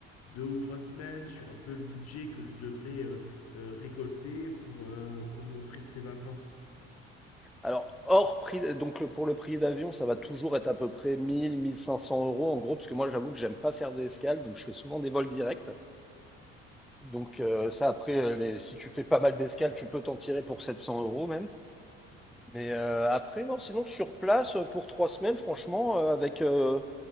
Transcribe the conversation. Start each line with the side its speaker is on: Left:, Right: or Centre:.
Left: deux ou trois semaines sur un peu le budget que je devrais euh, euh, récolter pour, euh, pour m'offrir ces vacances.
Centre: Alors, hors prix, donc le- pour le prix d'avion, ça va toujours être à peu près 1000, 1500 euros en gros, parce que moi, j'avoue que j'aime pas faire des escales, donc je fais souvent des vols directs. Donc euh, ça, après, euh, les- si tu fais pas mal d'escales, tu peux t'en tirer pour 700 euros même. Mais euh, après, non, sinon sur place, euh, pour trois semaines, franchement, euh, avec, euh,